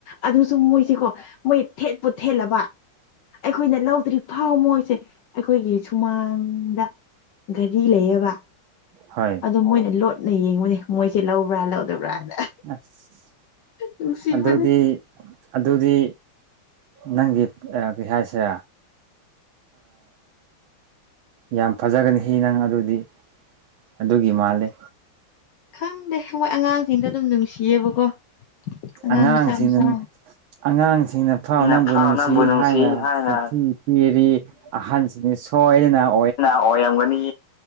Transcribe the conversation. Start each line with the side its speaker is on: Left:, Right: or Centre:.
Left: ꯑꯗꯨꯁꯨ ꯃꯣꯏꯁꯤꯀꯣ ꯃꯣꯏ ꯊꯦꯠꯄꯨ ꯊꯦꯠꯂꯕ ꯑꯩꯈꯣꯏꯅ ꯂꯧꯗ꯭ꯔꯤꯕ ꯊꯥꯎ ꯃꯣꯏꯁꯦ ꯑꯩꯈꯣꯏꯒꯤ ꯁꯨꯃꯥꯡꯗ ꯘꯔꯤ ꯂꯩꯌꯦꯕ
Right: ꯍꯣꯏ
Left: ꯑꯗꯨ ꯃꯣꯏꯅ ꯂꯣꯠ ꯅ ꯌꯦꯡꯕꯅꯦ ꯃꯣꯏꯁꯦ ꯂꯧꯕ꯭ꯔꯥ ꯂꯧꯗꯕ꯭ꯔꯥ ꯍꯥꯏꯅ
Right: ꯑꯁ
Left: ꯅꯨꯡꯁꯤꯕꯅꯦ
Right: ꯑꯗꯨꯗꯤ ꯑꯗꯨꯗꯤ ꯅꯪꯒꯤ ꯀꯩ ꯍꯥꯏꯁꯦ ꯌꯥꯝ ꯐꯖꯒꯅꯤ ꯍꯤ ꯅꯪ ꯑꯗꯨꯗꯤ ꯑꯗꯨꯒꯤ ꯃꯥꯜꯂꯤ
Left: ꯈꯪꯗꯦ ꯍꯣꯏ ꯑꯉꯥꯡꯁꯤꯡꯗ ꯑꯗꯨꯝ ꯅꯨꯡꯁꯤꯌꯦꯕꯀꯣ ꯑꯉꯥꯡ
Right: ꯑꯉꯥꯡꯁꯤꯡꯅ
Left: ꯃꯆꯥ ꯃꯆꯥ
Right: ꯑꯉꯥꯡꯁꯤꯡ ꯊꯦꯡꯅ ꯐ
Left: ꯁꯤꯅ
Right: ꯅꯪꯕꯨ
Left: ꯐꯥꯎ
Right: ꯅꯨꯡꯁꯤ ꯍꯥꯏꯅ
Left: ꯍꯥꯏꯅ
Right: ꯆꯤꯊꯤ ꯄꯤꯔꯤ ꯑꯍꯟꯁꯤꯗꯤ ꯁꯣꯏꯗꯅ
Left: ꯑꯣꯏꯔꯝꯒꯅꯤ